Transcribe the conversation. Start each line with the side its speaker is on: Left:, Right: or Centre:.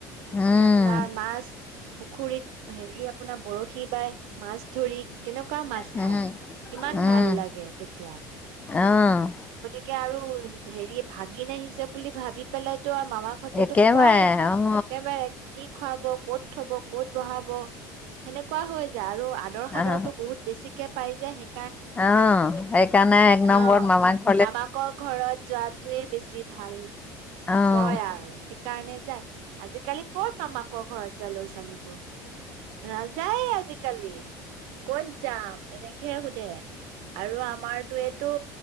Left: উম,
Right: আপোনাৰ মাছ পুখুৰীত হেৰি আপোনাৰ বৰশী বাই মাছ ধৰি। কেনেকুৱা মাছ
Left: উম,
Right: খায়, কিমান
Left: উম,
Right: ভাল লাগে তেতিয়া।
Left: অ'।
Right: কে আৰু হেৰি ভাগিন আহিছে বুলি ভাবি পেলাই ত মামাকহঁতেতো
Left: একেবাৰে
Right: খোৱাই
Left: অ'
Right: একেবাৰে কি খুৱাব ক'ত? ক'ত থব ক'ত বহাব। সেনেকুৱা হৈ যায় আৰু আদৰ সাদৰটো
Left: অ'
Right: বহুত বেছিকে পাইজে হে
Left: অ', সেইকাৰণে এক নম্বৰত
Right: আহ
Left: মামাক
Right: মামাকৰ ঘৰত যোৱাাতে বেছি ভাল।
Left: অ'
Right: কয় আৰু সেইকাৰণে যাই, আজিকালি ক'ত মামাকৰ ঘৰত যালো <unintelligible> নাযায় আজিকালি ক'ত যাম এনেকে দে আৰু আমাৰটোৱেটো